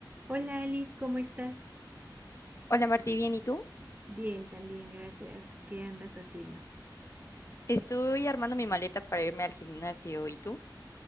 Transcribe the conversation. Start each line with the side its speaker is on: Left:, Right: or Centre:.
Right: Hola Alice, ¿cómo estás?
Left: Hola Martí, ¿bien y tú?
Right: Bien, también, gracias. ¿Qué andas haciendo?
Left: Estoy armando mi maleta para irme al gimnasio, ¿y tú?